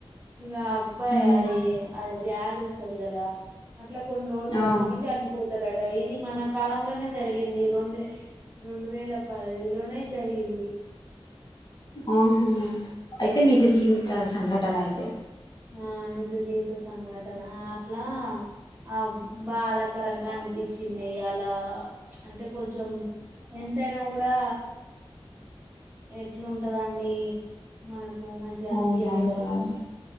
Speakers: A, on the right (about 20°); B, on the left (about 45°).
A: ఇక అబ్బాయి
B: మ్మ్
A: అది అది వ్యాధి వస్తుంది చలి కదా ఇట్లా కొన్ని రోజులు బ్రతికి
B: ఆ
A: చనిపోతారట ఇది మన కాలంలోనే జరిగింది రెండు రెండు వేల పదిలోనే జరిగింది
B: ఆహ అయితే నిజ జీవిత సంగ ట్టన అయితే
A: ఆ నిజ జీవిత సంఘటన అట్లా ఆ బాధాకరంగా అనిపించింది. అలా అంటే కొంచెం ఎంతైనా కూడా ఎట్లుంటదండి మనకు. కు మంచిగా అనిపించదు
B: అవునవునవును
A: కదా